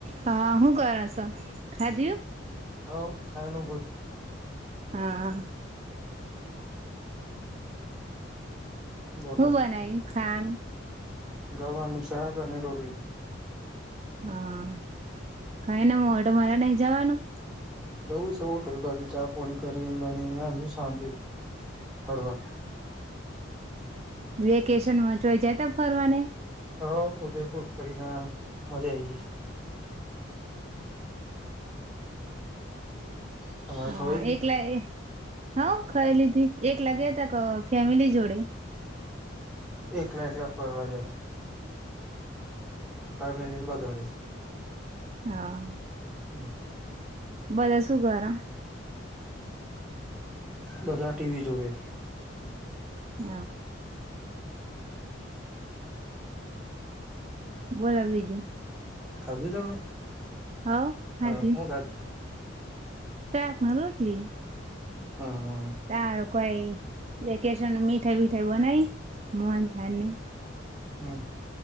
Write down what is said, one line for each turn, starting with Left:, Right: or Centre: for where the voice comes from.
Right: હા, અ ક રહ છ ખાઈ દિ
Centre: હ, ખાયનું બજ
Right: હા,
Centre: બોલો
Right: હો બ નઈ ખાન
Centre: ગવાની શહક અને રોલી
Right: હા, કઈને મોઢો મારે નહી જવાનું.
Centre: જવું સ હોટલ બાજુ ચ પોણી કરી બની ના હ શાંત. ફ વાત
Right: રેકેેશ ચ હોય જતા ફરવાને
Centre: હ, ઉદયપુર ફરી ના મજા આઈ ગઈ. તમારે
Right: હ
Centre: ખવાઈ ગઈ
Right: એકલા હા, ખરી લીધી એક લાગ્યા હતા ફેમિલી જોડે.
Centre: એકલા એકલા ફરવા દેલા ફમિલીને બદોળ છે.
Right: હા,
Centre: હમ
Right: બલે સુું ઘાર
Centre: બધા ટીવી જોવે.
Right: હ બોલા બીજું.
Centre: ખાબી તમે
Right: હા હા
Centre: હ
Right: જ
Centre: હું ખાધું
Right: શેક ના રોટલી
Centre: હ
Right: તાર કોઈ કેશ મીઠાઈ બીઠાઈ બનાય મન થાય ને
Centre: હા